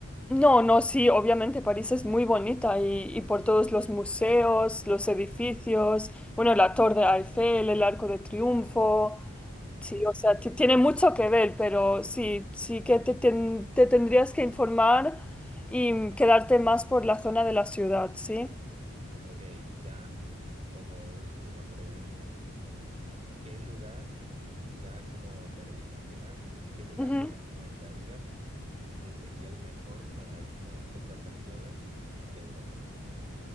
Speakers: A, in the centre; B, on the right.
A: No, no, sí, obviamente París es muy bonita y, y por todos los museos, los edificios, bueno, la Torre Eiffel, el Arco de Triunfo,
B: Ujú.
A: sí, o sea, ti- tiene mucho que ver, pero sí, sí que te, ten- te tendrías que informar y quedarte más por la zona de la ciudad, ¿sí?
B: Ok, ya como última pregunta, ¿qué lugar, ya como veredicto final, qué lugar
A: Ujú,
B: me recomendarías que sería el mejor para irme estas vacaciones de Europa?